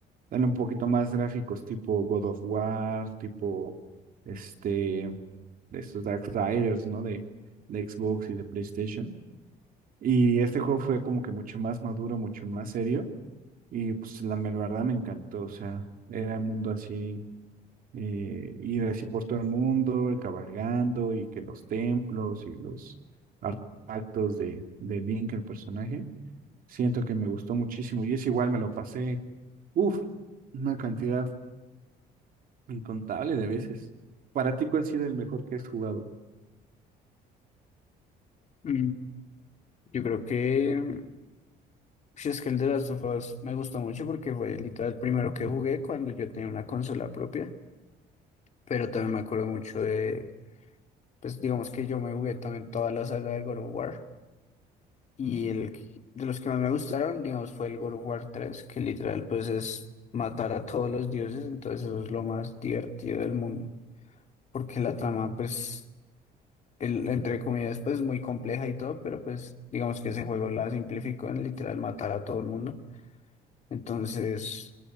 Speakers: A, on the right; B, on the left.
A: dan un poquito más gráficos, tipo God of War, tipo este, de estos Darksiders, ¿no? De, de Xbox y de PlayStation. Y este juego fue como que mucho más maduro, mucho más serio. Y pues la, me- la verdad me encantó. O sea, era un mundo así eh, ir así por todo el mundo, eh, cabalgando y que los templos y los artefactos de, de Link, el personaje. Siento que me gustó muchísimo y es igual, me lo pasé, uff, una cantidad incontable de veces. Para ti, ¿cuál ha sido el mejor que has jugado?
B: Mm, Yo creo que, mm, si es que el de Last of Us me gustó mucho porque fue literal el primero que jugué cuando yo tenía una consola propia. pero también me acuerdo mucho de, pues digamos que yo me jugué también toda la saga del God of War y el que- de los que más me gustaron, digamos, fue el God of War tres que literal pues es matar a todos los dioses, entonces eso es lo más divertido del mundo, porque la trama pues, el, entre comillas, pues es muy compleja y todo, pero pues digamos que ese juego la simplificó en literal matar a todo el mundo, entonces...